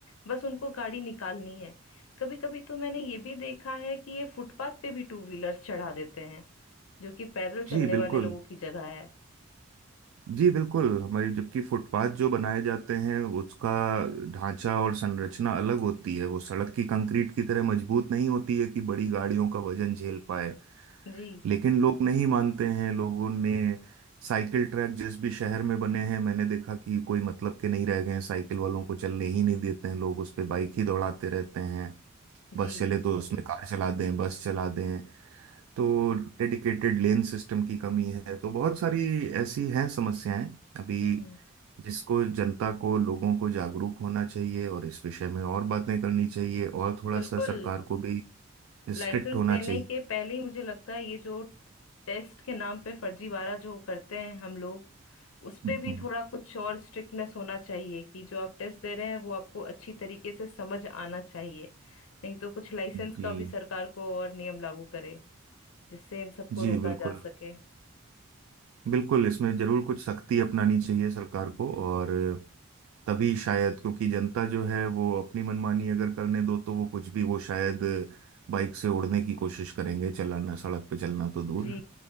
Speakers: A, on the left (about 75°); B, on the right (about 80°).
A: बस उनको गाड़ी निकालनी है कभी कभी तो मैंने ये भी देखा है कि ये फुटपाथ पे भी टू व्हीलर्स चढ़ा देते हैं जो कि पैदल चलने
B: जी बिल्कुल
A: वाले लोगों की जगह है
B: जी बिल्कुल हमारी जबकि फुटपाथ जो बनाए जाते हैं उसका ढांचा और संरचना अलग होती है वो सड़क की कंक्रीट की तरह मजबूत नहीं होती है कि बड़ी गाड़ियों का वजन झेल पाए
A: जी
B: लेकिन लोग नहीं मानते हैं लोगों ने साइकिल ट्रैक जिस भी शहर में बने हैं मैंने देखा कि कोई मतलब के नहीं रह गए हैं साइकिल वालों को चलने ही नहीं देते हैं लोग उस पे बाइक ही दौड़ाते रहते हैं बस
A: जी
B: चले तो उसमें कार चला दें बस चला दें तो डेडिकेटेड लेन सिस्टम की कमी है तो बहुत सारी ऐसी हैं समस्याएं अभी
A: हम्म
B: जिसको जनता को लोगों को जागरूक होना चाहिए और इस विषय में और बातें करनी चाहिए और थोड़ा
A: बिल्कुल
B: सा सरकार को भी
A: लाइसेंस
B: स्ट्रिक्ट होना
A: देने
B: चाहिए
A: के पहले ही मुझे लगता है ये जो टेस्ट के नाम पे फर्जीवाड़ा जो करते हैं हम लोग उस पे
B: हम्म,
A: भी थोड़ा कुछ और स्ट्रिक्टनेस होना चाहिए कि जो आप टेस्ट दे रहे हैं वो आपको अच्छी तरीके से समझ आना चाहिए नहीं तो कुछ लाइसेंस
B: जी
A: का भी सरकार को और नियम लागू करे जिससे इन सबको
B: जी
A: रोका
B: बिल्कुल
A: जा सके
B: बिल्कुल इसमें जरूर कुछ सख्ती अपनानी चाहिए सरकार को और तभी शायद क्योंकि जनता जो है वो अपनी मनमानी अगर करने दो तो वो कुछ भी वो शायद बाइक से उड़ने की कोशिश करेंगे चलाना
A: जी
B: सड़क पे चलना तो दूर
A: जी